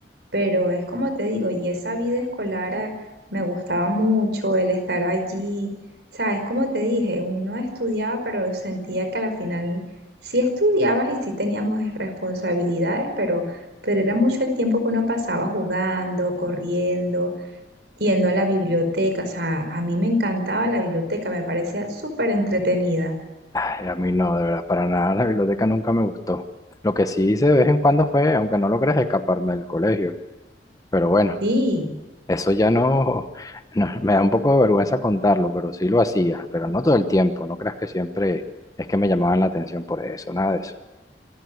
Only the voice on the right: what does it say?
Pero es como te digo, y esa vida escolar ah, me gustaba mucho, el estar allí. Sabes, como te dije, uno estudiaba, pero sentía que a la final sí estudiabas y sí teníamos eh, responsabilidades, pero, pero era mucho el tiempo que uno pasaba jugando, corriendo yendo a la biblioteca. O sea, a mí me encantaba la biblioteca, me parecía súper entretenida.
Sí,